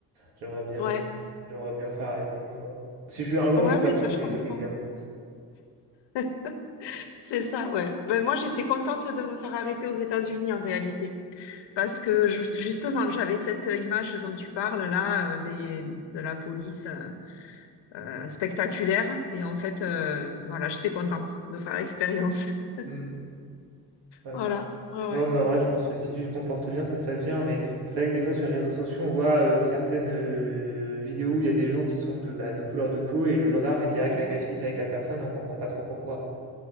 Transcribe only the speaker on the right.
J'aimerais bien,
j'aimerais bien me faire arrêter une fois. Si je suis un jour,
je suis
pas prêt,
c'est
évidemment.
Mm, ouais.
Non, mais en vrai, je pense que si tu te comportes bien, ça se passe bien. Mais c'est vrai que des fois, sur les réseaux sociaux, on voit euh, certaines euh, vidéos où il y a des gens qui sont de, bah, de couleur de peau et le gendarme est direct
agressif
avec la personne et on comprend pas trop pourquoi.